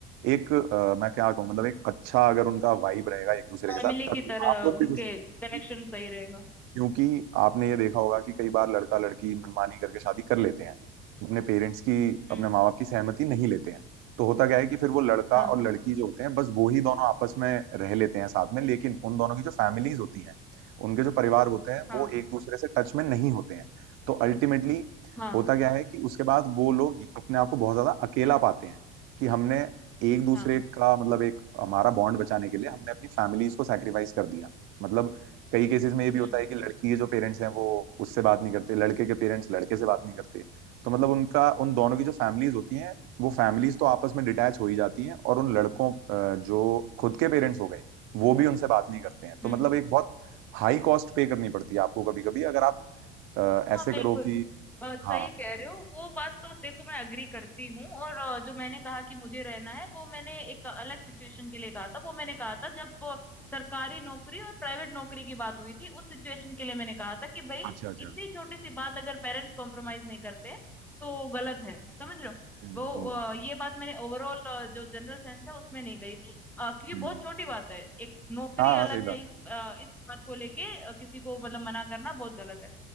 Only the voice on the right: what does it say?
एक अ, मैं क्या कहूँ मतलब एक अच्छा अगर उनका वाइब रहेगा एक दूसरे
के साथ
तभी
आप लोग
भी खुश रहोगे
क्योंकि आपने ये देखा होगा कि कई बार लड़का लड़की मनमानी करके शादी कर लेते हैं अपने पेरेंट्स की अपने
माँ बाप की सहमति नहीं लेते हैं तो होता क्या है कि फिर वो लड़का
और लड़की जो होते हैं बस वो ही दोनों आपस में रह लेते हैं साथ में लेकिन उन दोनों की जो फैमिलीज होती हैं उनके जो परिवार होते हैं
वो एक दूसरे से टच में नहीं होते हैं तो अल्टीमेटली
होता क्या है कि उसके बाद वो लोग अपने आप को बहुत ज्यादा अकेला पाते हैं कि हमने एक दूसरे
का मतलब एक हमारा बॉन्ड बचाने के लिए हमने अपनी फैमिलीज को सैक्रिफाइस कर दिया मतलब कई केसेस में ये भी होता
है कि लड़की के जो पेरेंट्स हैं वो उससे बात नहीं करते लड़के के पेरेंट्स लड़के से बात नहीं करते तो मतलब उनका उन दोनों की जो फैमिलीज होती हैं वो फैमिलीज तो आपस में डिटैच हो ही जाती हैं और उन लड़कों अ, जो खुद के पेरेंट्स हो गए वो भी उनसे बात नहीं करते हैं तो
मतलब एक बहुत हाई कॉस्ट पे करनी पड़ती है आपको कभी कभी अगर आप अ,
ऐसे
करो कि
हाँ
अच्छा अच्छा
हम्म
हम्म
हम्म।
हाँ हाँ,
सही बात
है